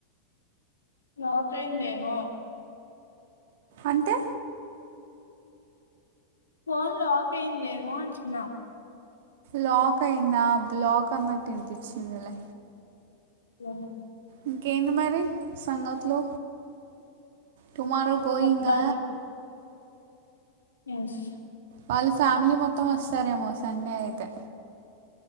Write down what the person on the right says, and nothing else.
అంటే
లాక్ అయిందా బ్లాక్ అన్నట్టు వినిపించిందిలే
ఇంకేంది మరి సంగతులో టుమారో గోయింగ్
వాళ్ళు ఫ్యామిలీ మొత్తం వస్తారేమో సండే అయితే